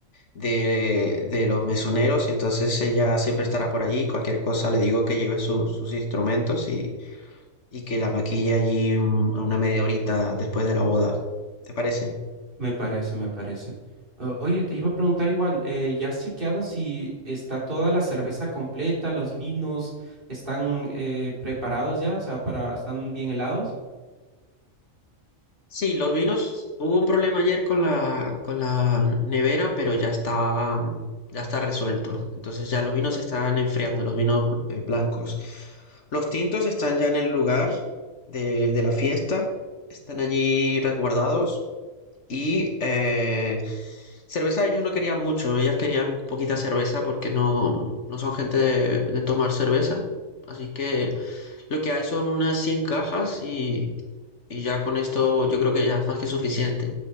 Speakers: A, on the left (about 60°); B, on the right (about 40°).
A: de, de los mesoneros, y entonces ella siempre estará por allí. Cualquier cosa le digo que lleve su- sus instrumentos y, y que la maquille allí un- a una media horita después de la boda. ¿Te parece?
B: Me parece, me parece. O- oye, te iba a preguntar igual, eh, ¿ya has chequeado si está toda la cerveza completa, los vinos están eh, preparados ya? O sea, para, ¿están bien helados?
A: Sí, los vinos, hubo un problema ayer con la, con la nevera, pero ya está, ya está resuelto. Entonces ya los vinos se están enfriando, los vinos eh, blancos. Los tintos están ya en el lugar de, de la fiesta, están allí resguardados. Y eh, cerveza ellos no querían mucho, ellas querían poquita cerveza porque no, no son gente de, de tomar cerveza. Así que lo que hay son unas 100 cajas y, y ya con esto yo creo que ya es más que suficiente.